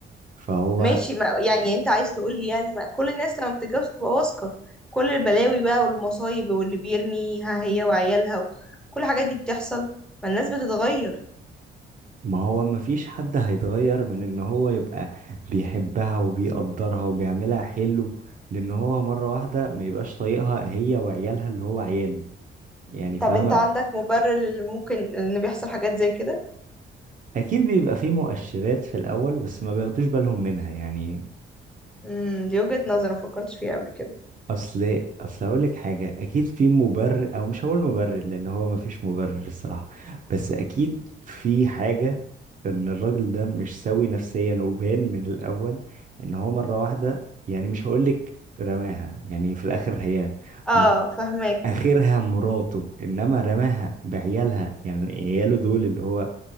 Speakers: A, on the right; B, in the centre.
A: فهو
B: ماشي ما... يعني انت عايز تقول لي يعني ما كل الناس لما بتتجوز تبقى واثقة كل البلاوي بقى والمصايب واللي بيرميها هي وعيالها كل الحاجات دي بتحصل ما الناس بتتغير
A: ما هو مفيش حد هيتغير من ان هو يبقى بيحبها وبيقدرها وبيعملها حلو لان هو مرة واحدة ما يبقاش طايقها هي وعيالها اللي هو عياله يعني فاهمة
B: طب انت عندك مبرر اللي ممكن ان بيحصل حاجات زي كده
A: اكيد بيبقى في مؤشرات في الاول بس ما بياخدوش بالهم منها يعني
B: امم دي وجهة نظر ما فكرتش فيها قبل كده
A: اصل اصل اقول لك حاجه اكيد في مبرر او مش هقول مبرر لان هو ما فيش مبرر الصراحه بس اكيد في حاجه ان الراجل ده مش سوي نفسيا وبان من الاول ان هو مره واحده يعني مش هقول لك رماها يعني في الاخر هي
B: اه
A: م-
B: فهماك
A: اخرها مراته انما رماها بعيالها يعني عياله دول اللي هو